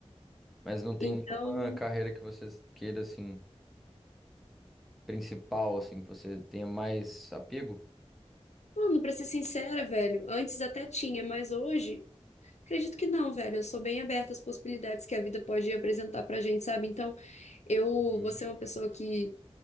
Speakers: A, in the centre; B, on the left.
A: Mas não tem
B: Então,
A: nenhuma carreira que você queira, assim, principal, assim, que você tenha mais apego?
B: mano, para ser sincera, velho, antes até tinha, mas hoje acredito que não, velho. Eu sou bem aberta às possibilidades que a vida pode apresentar pra gente, sabe? Então, eu
A: Uhum.
B: vou ser uma pessoa que